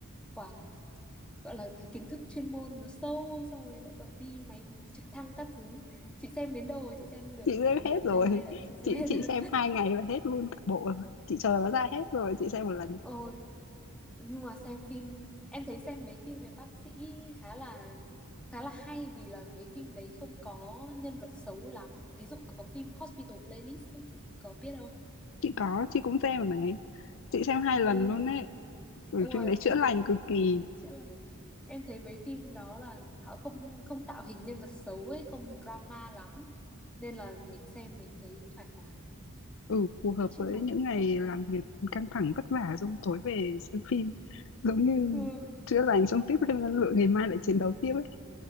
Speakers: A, in the centre; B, on the left.
A: quảng gọi là cái kiến thức chuyên môn nó sâu xong rồi lại còn đi máy trực thăng các thứ chị xem đến đâu rồi chị xem được
B: chị
A: nửa
B: xem hết rồi
A: chưa hay là
B: <laughs>
A: chị xem
B: chị
A: hết
B: chị
A: rồi
B: xem hai ngày là hết luôn cả bộ rồi. chị chờ nó ra hết rồi chị xem một lần
A: <laughs> ôi nhưng mà xem phim em thấy xem mấy phim về bác sĩ khá là khá là hay vì là mấy phim đấy không có nhân vật xấu lắm ví dụ có phim Hospital Playlist ấy, chị có biết không
B: chị có chị cũng xem rồi này chị xem hai lần
A: ừ
B: luôn đấy bởi
A: ui
B: phim đấy chữa lành cực kỳ
A: chữa lành em thấy mấy phim đó là họ không không tạo hình nhân vật xấu ấy không drama lắm nên là mình xem mình thấy thoải mái
B: ừ phù hợp
A: chữa
B: với
A: lành
B: những ngày làm việc căng thẳng vất vả xong tối về xem phim giống như
A: ừ.
B: chữa lành xong tiếp thêm năng lượng ngày mai lại chiến đấu tiếp ấy